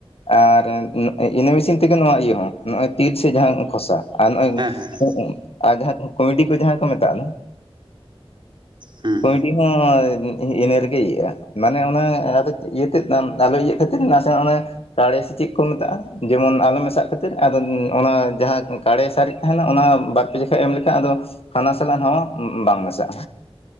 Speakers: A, on the left; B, on the right.
A: ᱟᱨ ᱤᱱᱟᱹ ᱢᱮᱥᱤᱱ ᱛᱮᱜᱮ ᱱᱚᱣᱟ ᱤᱭᱟᱹ ᱦᱚᱸ ᱱᱚᱜᱼᱚᱭ ᱛᱤᱞ ᱥᱮ ᱡᱟᱦᱟᱸ ᱠᱷᱚᱥᱟ᱾ ᱟᱨ ᱱᱚᱜ-ᱚᱭ
B: ᱦᱮᱸ ᱦᱮᱸ
A: ᱟᱨ ᱡᱟᱦᱟᱸ ᱠᱚᱭᱰᱤ ᱠᱚ ᱡᱟᱦᱟᱸ ᱠᱚ ᱢᱮᱛᱟᱜ ᱫᱚ᱾
B: ᱦᱮᱸ
A: ᱠᱚᱭᱰᱤ ᱦᱚᱸ ᱤᱱᱟᱹ ᱨᱮᱜᱮ ᱤᱭᱟᱹᱜᱼᱟ ᱢᱟᱱᱮ ᱚᱱᱟ ᱤᱭᱟᱹ ᱛᱮᱜ ᱟᱞᱚ ᱤᱭᱟᱹᱜ ᱠᱷᱟᱹᱛᱤᱨ ᱱᱟᱥᱮᱱᱟᱜ ᱚᱱᱟ ᱠᱟᱲᱮ ᱥᱮ ᱪᱮᱜ ᱠᱚ ᱢᱮᱛᱟᱜᱼᱟ ᱡᱮᱢᱚᱱ ᱟᱞᱚ ᱢᱮᱥᱟᱜ ᱠᱷᱟᱹᱛᱤᱨ ᱟᱫᱚ ᱚᱱᱟ ᱡᱟᱦᱟᱸ ᱠᱟᱲᱮ ᱥᱟᱨᱮᱡ ᱛᱟᱦᱮᱱᱟ ᱚᱱᱟ ᱵᱟᱨ ᱯᱮ ᱯᱤᱡᱟ ᱠᱷᱟᱱ ᱮᱢ ᱞᱮᱠᱷᱟᱱ ᱟᱫᱚ ᱦᱟᱱᱟ ᱥᱟᱞᱟᱜ ᱱᱟᱣᱟ ᱵᱟᱝ ᱢᱮᱥᱟᱜᱼᱟ᱾